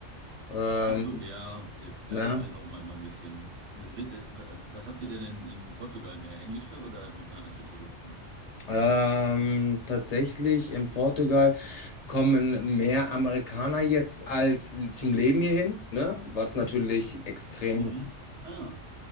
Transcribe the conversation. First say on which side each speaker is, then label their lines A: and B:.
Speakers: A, on the left; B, on the right.
A: Ähm,
B: Ach so, ja,
A: ne?
B: ja, sind auch manchmal ein bisschen. Sind, äh, was habt ihr denn in, in Portugal mehr? Englische oder amerikanische Touristen?
A: Ähm, tatsächlich in Portugal kommen mehr Amerikaner jetzt als zum Leben hierhin, ne? Was natürlich extrem
B: Mhm. Ah,